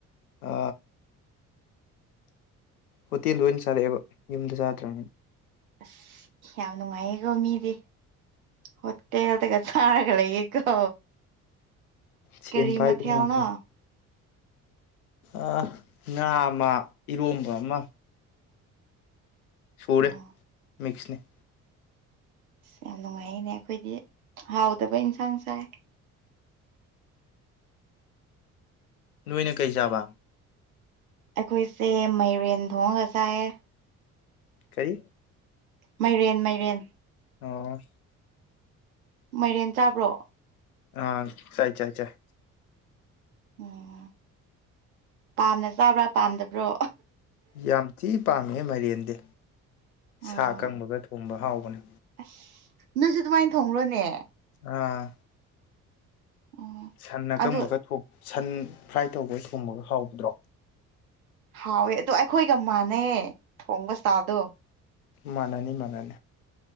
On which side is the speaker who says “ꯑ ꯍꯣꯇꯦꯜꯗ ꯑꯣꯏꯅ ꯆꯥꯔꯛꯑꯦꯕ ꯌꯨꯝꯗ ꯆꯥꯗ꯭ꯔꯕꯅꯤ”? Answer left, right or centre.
Left